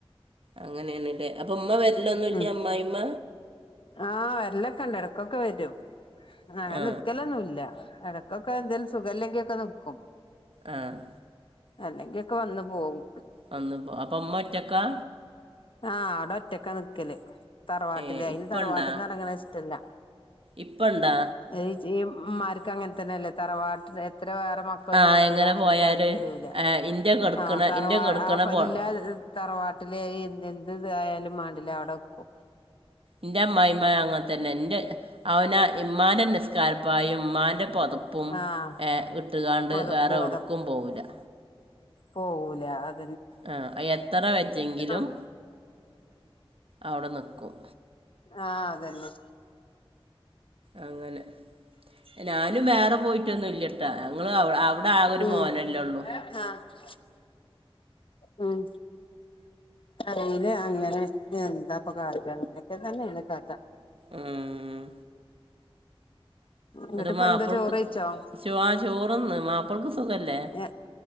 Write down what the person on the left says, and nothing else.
ഉം
ആഹ് വെരലൊക്കെ ഇണ്ട് എടക്കൊക്കെ വെരും അങ്ങനെ
നിക്കലൊന്നൂല്ല എടക് ക്കൊക്കെന്തേലും സുഖല്ലെങ്കി ഒക്കെ നിക്കും
അല്ലെങ്ക്യൊക്കെ വന്ന് പോവും
ആഹ് ആടെ ഒറ്റക്കാ നിക്കല് തറവാട്ടില്
അയിന്
തറവാട്ടിന്ന് എറങ്ങണ ഇഷ്ട്ടല്ല
അയ് ജ്ജീ ഇമ്മാർക്ക് അങ്ങനെ തന്നെയല്ലേ തറവാട്ടിൽ എത്ര വേറെ മ ക്കള്
സൊഖത്തിലാണെങ്കിലും
അങ്ങട്ട് വെരൂല
ആഹ് തറവാ
ആഹ്
ഇല്ല <unintelligible> തറവാട്ടില് എ എന്ത് ഇതായാലും മാണ്ടിലാ അവിടെക്കും
ആഹ്
പൊതപ്പും
പോവൂലാ അത്
ആഹ്
ആഹ് അതന്നെ
ഉം
ആഹ് ഉം അറിയിലാ അങ്ങനെ എന്താപ്പ കാട്ടാ അങ്ങനെക്കെ തന്നേണ് കഥ
ഇങ്ങട്ടിപ്പ
എന്താ ചോറ്
കഴിച്ചോ
ഞാ